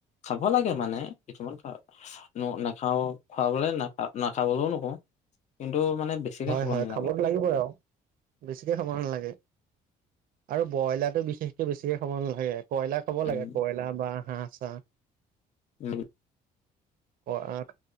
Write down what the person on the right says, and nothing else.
হয়,
হয়,
খাবতো লাগিবই আৰু। বেছিকে খাব নালাগে আৰু ব্ৰইলাৰটো বিশেষকৈ বেছিকে খাব নালাগে। বয়লা খাব
লাগে। কয়লা বা হাঁহ, চাহ।
কআত